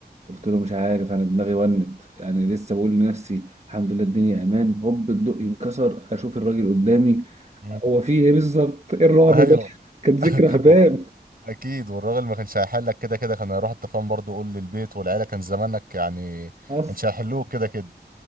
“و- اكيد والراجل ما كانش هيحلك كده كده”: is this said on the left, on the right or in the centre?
Right